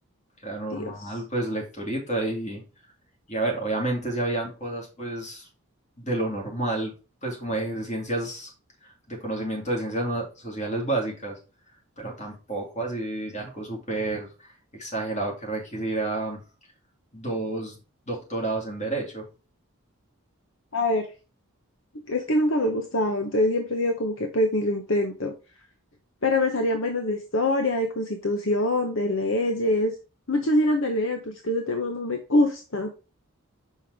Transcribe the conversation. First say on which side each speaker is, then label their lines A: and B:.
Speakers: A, on the left; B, on the left.
A: era normal,
B: Dios.
A: pues lecturita y, y a ver, obviamente si habían cosas pues de lo normal, pues como de ciencias, de conocimiento de ciencias na- sociales básicas, pero tampoco así algo súper exagerado que requisiera dos doctorados en derecho.
B: A ver, es que nunca me gustaba, entonces siempre digo como que pues ni lo intento. Pero me salían vainas de historia, de constitución, de leyes. Muchos eran de leer, pero es que ese tema no me gusta.